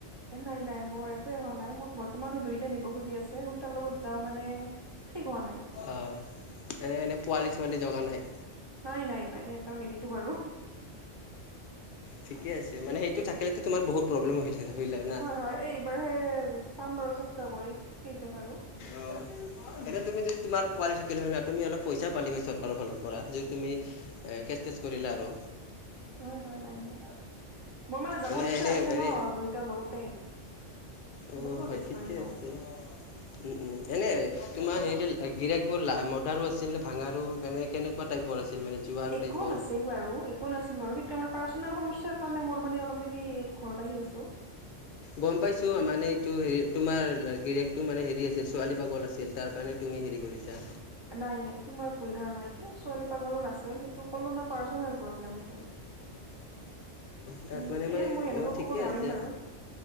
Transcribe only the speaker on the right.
নাই নাই মোৰ একোৱে অহা নাই মোক বৰ্তমানো দুইটা নিব খুজি আছে কোন তাৰ লগত যাওঁ মানে ঠিক হোৱা নাই।
নাই নাই নাই এটাও নিদিলো বাৰু।
হয় হয় এইবাৰহে চাম বাৰু চেষ্টা কৰি কেইটা বাৰু
হয়, হয়, নাই নাই মোৰ মানে যাব
ইচ্ছা
আছে
ন দুইটাৰ লগতে।
মই কিয়
গেছ
কৰিম নো
একো
নাছিল। বাৰু একো নাছিল বাৰু সেই ত আমাৰ পাৰ্চনেল সমস্যাৰ কাৰণে মোৰ মানে অলপ মানি ঘৰত আহি আছো।
নাই নাই তোমাৰ ভুল ধাৰণা এইটো ছোৱালী পাগলো নাছিল সেইটো কলো না পাৰ্চনেল প্ৰব্লেম এইটো।
উম
এ এনেকুৱা
ক'ব নোৱাৰিম
বাৰু